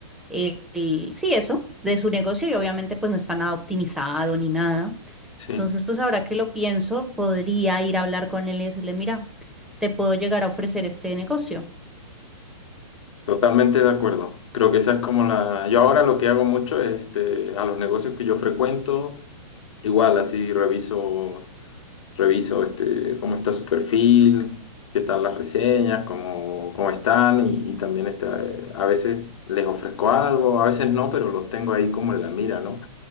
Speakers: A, in the centre; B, on the left (about 65°).
A: el, el- sí, eso, de su negocio y obviamente pues no está nada optimizado ni nada.
B: sí,
A: Entonces, pues ahora que lo pienso, podría ir a hablar con él y decirle, mira, te puedo llegar a ofrecer este negocio.
B: totalmente de acuerdo. Creo que esa es como la... Yo ahora lo que hago mucho es este, a los negocios que yo frecuento, igual así reviso. reviso este, cómo está su perfil, qué tal las reseñas, cómo, cómo están y, y también está, eh, a veces les ofrezco algo, a veces no, pero los tengo ahí como en la mira, ¿no?